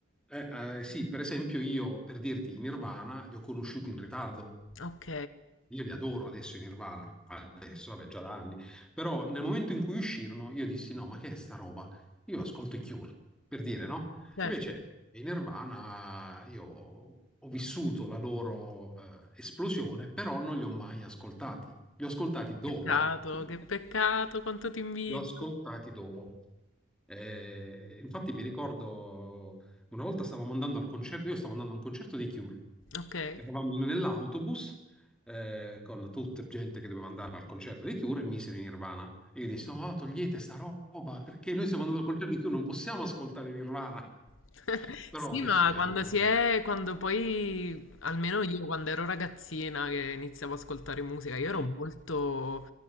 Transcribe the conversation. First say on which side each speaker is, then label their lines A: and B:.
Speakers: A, in the centre; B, on the left (about 75°).
A: Eh, eh, sì, per esempio io, per dirti, i Nirvana li ho conosciuti in ritardo.
B: Ok.
A: Io li adoro adesso i Nirvana, adesso, vabbè, già da anni, però nel momento in cui uscirono io dissi no, ma che è sta roba? Io ascolto i Cure, per dire, no?
B: Certo.
A: Invece i Nirvana io ho vissuto la loro eh, esplosione, però non li ho mai ascoltati, li ho ascoltati dopo.
B: Peccato,
A: <laughs>
B: che peccato, quanto ti invidio.
A: li ho ascoltati dopo. Eh, infatti mi ricordo una volta stavamo andando al concerto, io stavo andando a un concerto dei Cure.
B: Ok.
A: Eravamo nell'autobus eh, con tutta gente che doveva andare al concerto dei Cure e misero in Nirvana. E io dissi, no, togliete sta roba, perché noi stiamo andando al concerto dei Cure, non possiamo ascoltare Nirvana.
B: <laughs>
A: <laughs> Però
B: Sì,
A: adesso
B: ma
A: li
B: quando
A: adoro.
B: si
A: cioè.
B: è, quando poi, almeno io quando ero ragazzina che iniziavo ad ascoltare musica, io ero
A: Mm,
B: molto